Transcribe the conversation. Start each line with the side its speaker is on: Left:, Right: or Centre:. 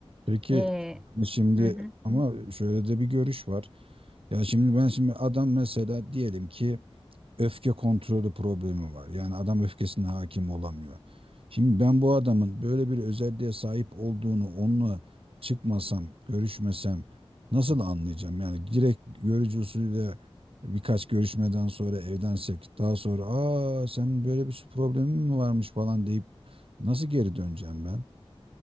Right: Peki
Centre: E,
Right: şimdi
Centre: hı hı.
Right: ama şöyle de bir görüş var. Ya şimdi ben şimdi adam mesela diyelim ki öfke kontrolü problemi var. Yani adam öfkesine hakim olamıyor. Şimdi ben bu adamın böyle bir özelliğe sahip olduğunu onunla çıkmasam, görüşmesem nasıl anlayacağım? Yani direkt görücü usulüyle birkaç görüşmeden sonra evlensek daha sonra aa sen böyle bir problemin mi varmış falan deyip nasıl geri döneceğim ben?